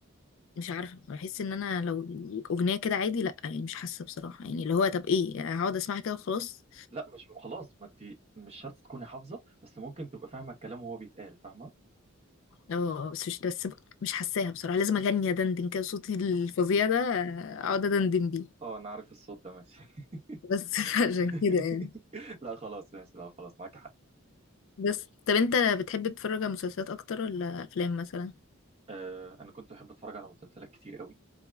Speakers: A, on the left (about 60°); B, on the right (about 30°).
A: مش عارفه بحس ان انا لو اغنيه كده عادي لا يعني مش حاسه بصراحه يعني اللي هو طب ايه يعني هقعد اسمعها كده وخلاص
B: لا مش خلاص ما انت مش شرط تكوني حافظه بس ممكن تبقى فاهمه الكلام وهو بيتقال فاهمه
A: اه بس مش بس مش حاساها بصراحه لازم اغني ادندن كده صوتي الفظيع ده اقعد ادندن بيه
B: اه انا عارف الصوت ده ماشي
A: بس
B: <laughs>
A: <laughs> عشان كده يعني
B: <laughs> لا خلاص ماشي لا خلاص معاك حق
A: بس طب انت بتحب تتفرج على مسلسلات اكتر ولا افلام مثلا
B: آه انا كنت بحب اتفرج على مسلسلات كتير قوي